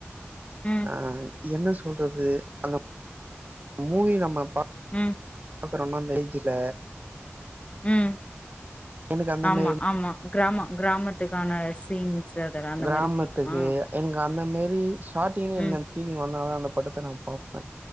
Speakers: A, on the left; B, on the right.
A: ம்
B: அ என்ன சொல்றது அந்த மூவி நம்ம பா
A: ம்
B: அப்பறோ இன்னொ அந்த ஏஜ்ல
A: உம்
B: எனக்கு அந்த
A: ஆமா
B: மாரி
A: ஆமா கிராம கிராமத்துக்கான சீன்ஸ் அதெல்லா அந்த
B: கிராமத்துக்கு
A: மாரி புடிக்குமா
B: எனக்கு அந்த மாரி ஷாட்டிங்ல எனக்கு
A: ம்
B: அந்த பீலிங் வந்தா தா அந்த படத்த நா பாப்பேன்